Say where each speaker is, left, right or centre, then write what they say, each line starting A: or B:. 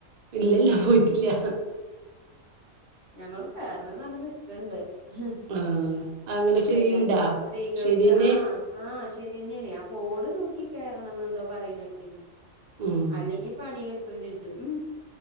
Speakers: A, on the right; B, on the right.
A: ഇല്ലല്ല പോയിട്ടില്ല.
B: ഞങ്ങള് കേറണന്ന് പറഞ്ഞ് നിക്ക്ണ്ട്. ഉം
A: ആഹ് അങ്ങനെ ഫ്രീ
B: പിന്നെ
A: ഇണ്ടാ
B: ഇപ്പൊ സ്ത്രീകൾക്ക്
A: ശരിയെന്നെ
B: ആഹ്. ആഹ് ശരിന്നെണ് ആ ബോർഡ് നോക്കി കെറണന്ന് എന്തോ പറയ്‌നെട്ടീനി
A: ഉം
B: അല്ലെങ്കിൽ പണികിട്ടും ചെജും ഉം.